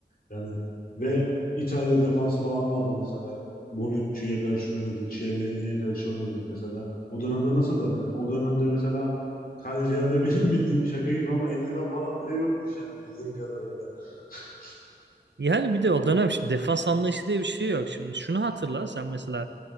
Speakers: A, on the left (about 55°); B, on the right (about 85°).
A: Yani ve İtalya defansı falan vardı mesela. Bonucci'ye karşı oynadı, Chiellini'ye karşı oynadı mesela. O dönemde nasıl? da- O dönemde mesela kalecilerde benim bildiğim şaka gibi ama eldiven falan bile yokmuş yani bildiğim kadarıyla. <laughs>
B: Yani bir de o dönem şimdi defans anlayışı diye bir şey yok. Şimdi şunu hatırla sen mesela